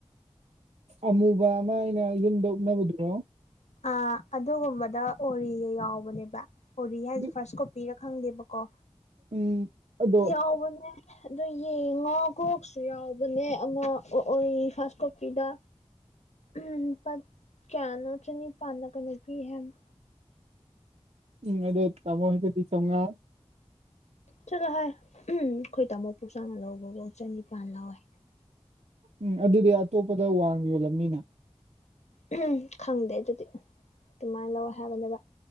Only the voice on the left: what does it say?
ꯑ ꯑꯗꯨꯒꯨꯝꯕꯗ ꯑꯣꯔꯤꯒ ꯌꯥꯎꯕꯅꯦꯕ ꯑꯣꯔꯤ ꯍꯥꯏꯁꯦ
ꯐꯥꯔꯁ ꯀꯣꯄꯤ ꯔꯛ ꯈꯪꯗꯦꯕꯀꯣ
ꯌꯥꯎꯕꯅꯦ ꯑꯗꯨꯣ ꯌꯦꯡꯉꯣ ꯀ꯭ꯔꯣꯛꯁꯨ ꯌꯥꯎꯕꯅꯦ ꯑꯃ ꯑꯣꯔꯤ ꯐꯥꯔꯁ ꯀꯣꯄꯤꯗ ꯎꯝ ꯄ ꯀꯌꯥꯅꯣ ꯆꯅꯤꯄꯥꯟꯔ ꯀꯅꯤꯅꯣ ꯄꯤ ꯍꯥꯏꯕꯅꯦ
ꯆꯂꯣꯍꯥꯏ ꯎꯝ ꯑꯩꯈꯣꯏ ꯇꯥꯃꯣ ꯄꯣꯛ ꯆꯥꯎꯅ ꯂꯧꯕꯐꯧ ꯆꯅꯤꯄꯥꯟ ꯂꯧꯍꯧꯋꯦ
ꯎ ꯈꯪꯗꯦ ꯑꯗꯨꯗꯤ ꯑꯗꯨꯃꯥꯏꯅ ꯂꯧꯋꯦ ꯍꯥꯏꯕꯅꯦꯕ